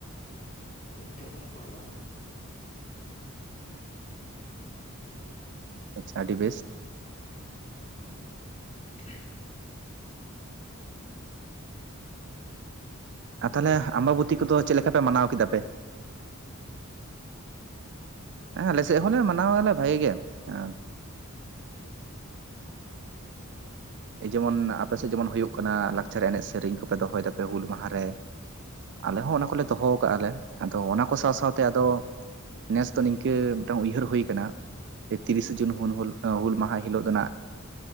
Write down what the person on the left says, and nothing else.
ᱢᱤᱫᱴᱷᱮᱡ ᱞᱮ ᱠᱚᱨᱟᱣᱟ <inaudible>
<inaudible>
ᱟᱹᱵᱤᱱ ᱥᱮᱫ ᱫᱚ
ᱪᱮᱫᱠᱟ
ᱠᱚ ᱠᱚᱨᱟᱣ
ᱜᱮᱭᱟ
ᱛᱟᱦᱚᱞᱮ